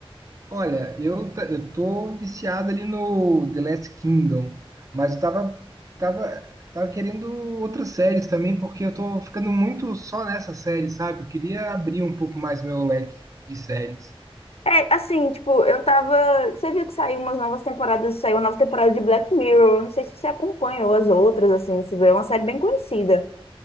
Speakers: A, on the right; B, on the left.
A: Olha, eu, ta- eu tô viciado ali no The Last Kingdom, mas eu tava, tava, tava querendo outras séries também, porque eu tô ficando muito só nessa série, sabe? Eu queria abrir um pouco mais meu leque de séries.
B: É, assim, tipo, eu tava. Você viu que saiu umas novas temporadas, saiu uma nova temporada de Black Mirror. Eu não sei se você acompanhou as outras, assim, se vê, é uma série bem conhecida.